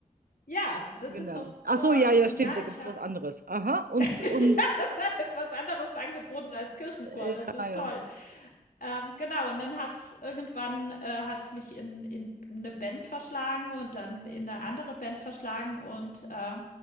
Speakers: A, on the left; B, on the right.
A: Ja, das
B: Genau.
A: ist doch
B: Ach
A: toll.
B: so, ja, ja,
A: Und
B: stimmt,
A: ja,
B: da
A: ich
B: gibt es
A: habe
B: was anderes. Aha, und,
A: <laughs> ja,
B: und
A: es hat was anderes angeboten als Kirchenchor.
B: äh,
A: Das ist
B: ja, ja.
A: toll. Ähm, genau, und dann hat's irgendwann äh, hat's mich in in eine Band verschlagen und dann in eine andere Band verschlagen und, äh,